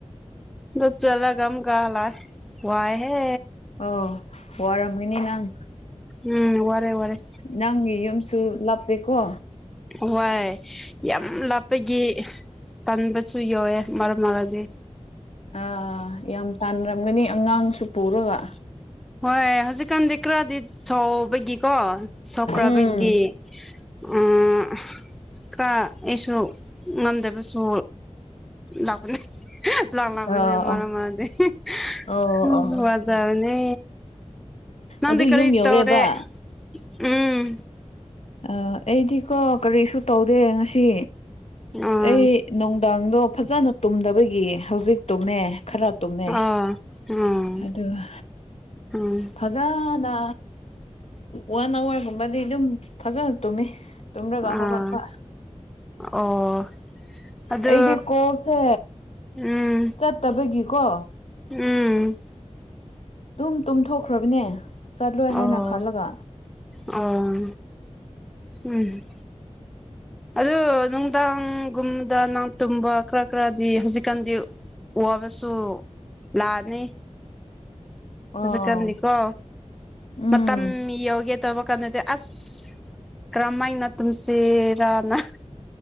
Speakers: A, in the centre; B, on the left.
A: ꯒꯨꯞ ꯆꯠꯂꯒ ꯑꯃꯨꯛꯀ ꯍꯜꯂꯛꯑꯦ ꯋꯥꯏ ꯍꯦ
B: ꯑꯣ ꯋꯥꯔꯝꯒꯅꯤ ꯅꯪ
A: ꯎꯝ ꯋꯥꯔꯦ ꯋꯥꯔꯦ
B: ꯅꯪꯒꯤ ꯌꯨꯝꯁꯨꯨ ꯂꯥꯞꯄꯦꯀꯣ
A: ꯍ꯭ꯋꯥꯏ ꯌꯥꯝ ꯂꯥꯞꯄꯒꯤ ꯇꯟꯕꯁꯨ ꯌꯥꯎꯑꯦ ꯃꯔꯛ ꯃꯔꯛꯗꯤ
B: ꯑꯥ ꯌꯥꯝ ꯇꯥꯟꯔꯝꯒꯅꯤ ꯑꯉꯥꯡꯁꯨ ꯄꯨꯔꯒ
A: ꯍꯣꯏ ꯍꯧꯖꯤꯛꯀꯥꯟꯗꯤ ꯈꯔꯗꯤ ꯆꯥꯎꯕꯒꯤꯀꯣ ꯁꯣꯛꯀ꯭ꯔꯥꯕꯒꯤ
B: ꯎꯝ
A: ꯎꯝ ꯈꯔ ꯑꯩꯁꯨ ꯉꯝꯗꯕꯁꯨ ꯂꯥꯛꯄꯅꯦ <unintelligible> ꯂꯥꯛ ꯂꯥꯛꯃꯤꯟꯅ
B: ꯑ
A: ꯃꯔꯝ
B: ꯑ
A: ꯑꯣꯏꯔꯗꯤ <unintelligible>
B: ꯑꯣ ꯑꯣ
A: ꯋꯥꯖꯔꯅꯤ ꯅꯪꯗꯤ
B: ꯑꯗꯨ
A: ꯀꯔꯤ
B: ꯌꯨꯝ ꯌꯧꯔꯦꯕ
A: ꯇꯧꯔꯦ ꯎꯝ
B: ꯑ ꯑꯩꯗꯤꯀꯣ ꯀꯔꯤꯁꯨ ꯇꯧꯗꯦ ꯉꯁꯤ
A: ꯑꯥ
B: ꯑꯩ ꯅꯨꯡꯗꯥꯡꯗꯣ ꯐꯖꯅ ꯇꯨꯝꯗꯕꯒꯤ ꯍꯧꯖꯤꯛ ꯇꯨꯝꯃꯦ ꯈꯔꯞ ꯇꯨꯝꯃꯦ
A: ꯑꯥ ꯎꯝ
B: ꯑꯗꯨꯒ
A: ꯎꯝ
B: ꯐꯖꯅ ꯋꯥꯟ ꯑꯋꯥꯔꯒꯨꯝꯕꯗꯤ ꯑꯗꯨꯝ ꯐꯖꯅ ꯇꯨꯝꯃꯤ ꯇꯨꯝꯔꯒ
A: ꯑꯥ
B: ꯍꯧꯒꯠꯄ
A: ꯑꯣ ꯑꯗꯨ
B: ꯑꯩꯗꯤ ꯀꯣꯜꯁꯦ
A: ꯎꯝ
B: ꯆꯠꯇꯕꯒꯤꯀꯣ
A: ꯎꯝ
B: ꯗꯨꯝ ꯇꯨꯝꯊꯣꯛꯈ꯭ꯔꯕꯅꯦ ꯆꯠꯂꯣꯏ
A: ꯑꯣ
B: ꯍꯥꯏꯅ ꯈꯜꯂꯒ
A: ꯑꯣ ꯎꯝ ꯑꯗꯨ ꯅꯨꯡꯗꯥꯡꯒꯨꯝꯗ ꯅꯪ ꯇꯨꯝꯕ ꯈꯔ ꯈꯔꯗꯤ ꯍꯧꯖꯤꯛꯀꯥꯟꯗꯤ ꯋꯥꯕꯁꯨ ꯂꯥꯛꯑꯅꯤ ꯍꯧꯖꯤꯛꯀꯥꯟꯗꯤꯀꯣ
B: ꯑꯣ ꯎꯝ
A: ꯃꯇꯝ ꯌꯧꯒꯦ ꯇꯧꯕ ꯀꯥꯟꯅꯗꯦ ꯑꯁ ꯀꯔꯝꯃꯥꯏꯅ ꯇꯨꯝ ꯁꯦ ꯔꯥ ꯅ